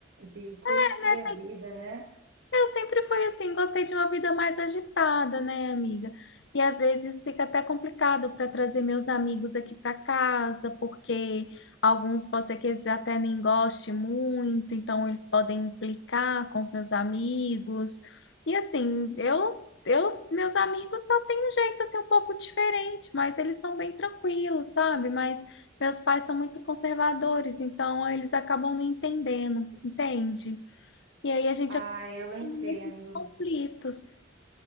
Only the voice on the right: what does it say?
de curtir
a vida, né?
Ah, eu entendo.